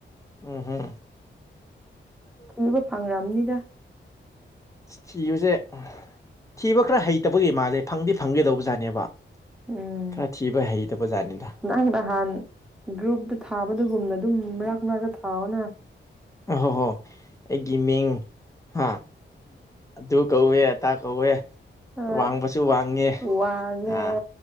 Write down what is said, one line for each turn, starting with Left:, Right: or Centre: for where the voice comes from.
Left: ꯎꯝ ꯍꯨꯝ
Centre: ꯄꯨꯕ ꯐꯪꯈ꯭ꯔꯕꯅꯤꯗ
Left: ꯑꯁ ꯊꯤꯕꯁꯦ ꯊꯤꯕ ꯈꯔ ꯍꯩꯇꯕꯒꯤ ꯃꯥꯜꯂꯦ ꯐꯪꯗꯤ ꯐꯪꯒꯦꯗꯧꯕꯖꯥꯠꯅꯦꯕ
Centre: ꯎꯝ
Left: ꯈꯔ ꯊꯤꯕ ꯍꯩꯇꯕꯥꯖꯠꯅꯤꯗ
Centre: ꯅꯪ ꯅꯍꯥꯟ ꯒ꯭ꯔꯨꯞꯇ ꯊꯥꯕꯗꯨꯒꯨꯝꯅ ꯑꯗꯨꯝ ꯃꯔꯛ ꯃꯔꯛꯇ ꯊꯥꯎꯑꯣꯅ
Left: ꯑ ꯍꯣ ꯍꯣ ꯑꯩꯒꯤ ꯃꯤꯡ ꯍꯥ ꯑꯗꯨ ꯀꯧꯋꯦ ꯑꯗꯥ ꯀꯧꯋꯦ
Centre: ꯍꯣꯏ
Left: ꯋꯥꯡꯕꯁꯨ ꯋꯥꯡꯉꯦ
Centre: ꯋꯥꯡꯉꯦ
Left: ꯑꯥ